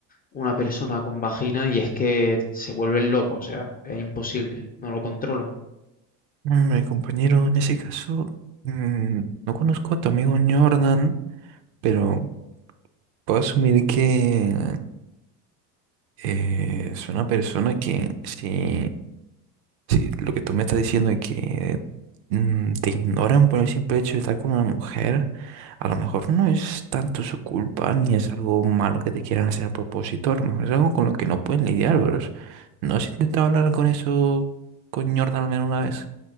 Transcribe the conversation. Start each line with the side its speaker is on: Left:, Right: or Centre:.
Left: una persona con vagina y es que se vuelven locos, o sea, es imposible, no lo controlan.
Right: Mm, Mi compañero, en ese caso, mm, no conozco a tu amigo Jordan, pero puedo asumir que eh, es una persona que sí Sí, lo que tú me estás diciendo es que mm, te ignoran por el simple hecho de estar con una mujer. A lo mejor no es tanto su culpa ni es algo malo que te quieran hacer a propósito. A lo mejor es algo con lo que no pueden lidiar, pero es- ¿no has intentado hablar con eso con Jordan al menos una vez?